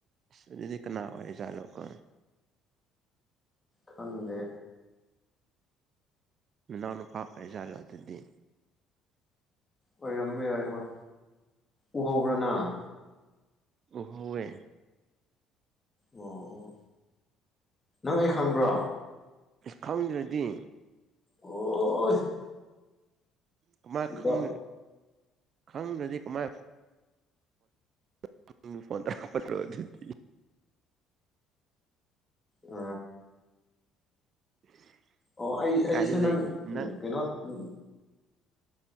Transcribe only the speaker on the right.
<unintelligible> ꯑꯗꯨꯗꯤ ꯀꯅꯥ ꯑꯣꯏꯖꯥꯠꯂꯣꯀꯣ
ꯃꯅꯥꯎꯅꯨꯄꯥ ꯑꯣꯏꯖꯥꯠꯂꯣ ꯑꯗꯨꯗꯤ
ꯎꯍꯧꯋꯦ
ꯈꯪꯗ꯭ꯔꯗꯤ
ꯀꯃꯥ
ꯈꯪꯅ ꯈꯪꯗ꯭ꯔꯗꯤ ꯀꯃꯥꯏ <unintelligible> ꯐꯣꯟꯗ ꯍꯥꯞꯄꯗꯣ ꯑꯗꯨꯗꯤ
<unintelligible>
ꯀꯥꯏꯗ
ꯂꯩ
ꯅꯪ